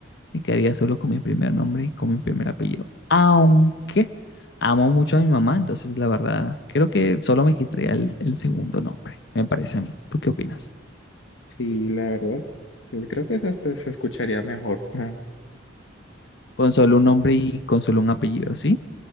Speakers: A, on the left; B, on the left.
A: Me quedaría solo con mi primer nombre y con mi primer apellido. Aunque amo mucho a mi mamá, entonces la verdad, creo que solo me quitaría el, el segundo nombre, me parece a mí. ¿Tú qué opinas?
B: sí, la verdad, yo creo que eso hasta se escucharía mejor. <laughs>
A: Con solo un nombre y con solo un apellido, ¿sí?